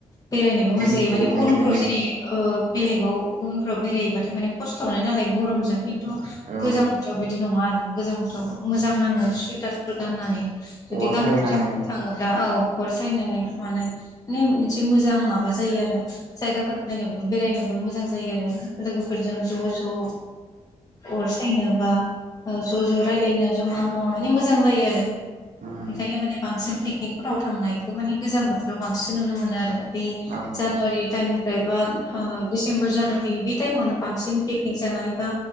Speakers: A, on the left; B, on the right.
A: बेरायनोबो
B: बिहिर
A: मोजां जायो
B: गोलैनायजों
A: माने गरमफ्राव जेरै ओ बेलेगाव गुबुनफ्राव बेराय हैबाथाय माने खस्थ' मोनो नालाय गरमजों खिन्थु
B: औ
A: गोजां बोथोराव बिदि नङा आरोना गोजां बोथोराव मोजां नाङो सुइटारफोर गाननानै जुदि
B: अर
A: गानफब
B: सायनाय
A: जोमफब थाङो। औ अर सायनानै मानाय माने मोनसे मोजां माबा जायो आरो जायगाफोर नायनोबो बेरायनोबो मोजां जायो आरो लोगोफोरजों ज' ज' अर सायनो बा ओ ज' ज' रायलायनो ज'मा जमा माने मोजां जायो आरो
B: उम
A: ओंखायनो माने बांसिन पिकनिकफोराव थांनायखौ माने गोजां बोथोराव बांसिन नुनो मोनो आरो बे
B: औ
A: जानुवारि टाइमनिफ्राय बा ओ डिसेम्बर जानुवारि बे टाइमावनो बांसिन पिकनिक जानाय बा